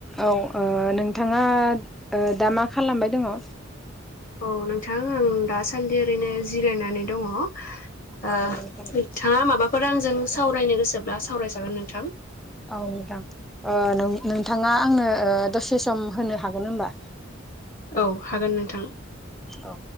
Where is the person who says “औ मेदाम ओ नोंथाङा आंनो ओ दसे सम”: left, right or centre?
Centre